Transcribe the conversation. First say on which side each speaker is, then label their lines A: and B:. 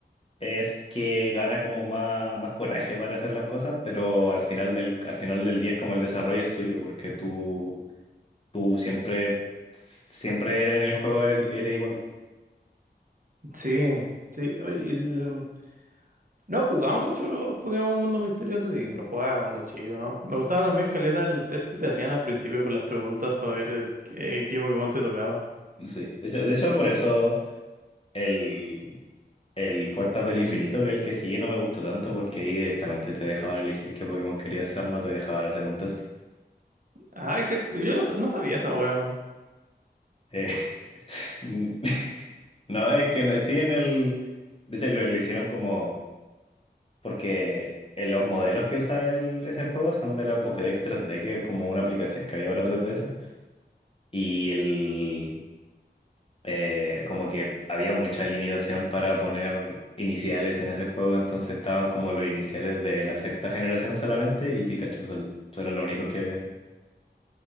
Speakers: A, on the left; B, on the right.
A: es que gana como más, más coraje para hacer las cosas, pero al final del, al final del día es como el desarrollo es suyo, porque tú, tú siempre, siempre en el juego eres, eres igual.
B: Sí, sí. oye, No he jugado mucho los Pokémon Mundo Misterioso, sí. Los jugaba cuando chico, ¿no? Me gustaba también caleta el test que te hacían al principio con las preguntas para ver eh, qué, qué Pokémon te tocaba.
A: Sí. De hecho, de hecho, por eso el, el Puertas del Infinito, que es el que sigue, no me gustó tanto, porque ahí directamente te dejaban elegir qué Pokémon querías hacer, no te dejaban hacer un test.
B: Ay, que yo no, sa- no sabía esa wea, man.
A: Eh, <laughs> no, es que no- sí en el... De hecho, lo, lo hicieron como... Porque eh, los modelos que usa el- ese juego son de la Pokédex 3D, que es como una aplicación que había para 3DS. Y el, eh, como que había mucha limitación para poner iniciales en ese juego, entonces estaban como los iniciales de la sexta generación solamente y Pikachu sol- eran los únicos que habían.